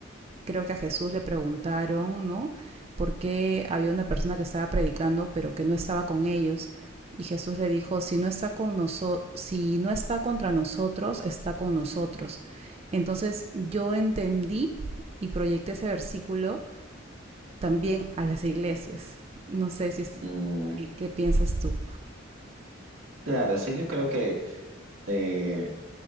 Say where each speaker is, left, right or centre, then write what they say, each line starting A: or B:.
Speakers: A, on the right; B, on the right.
A: creo que a Jesús le preguntaron, ¿no? ¿Por qué había una persona que estaba predicando pero que no estaba con ellos? Y Jesús le dijo, si no está con noso, si no está contra nosotros, está con nosotros. Entonces yo entendí y proyecté ese versículo también a las iglesias. No sé si es
B: Mm,
A: qué, qué piensas tú.
B: claro, o sea, yo creo que eh,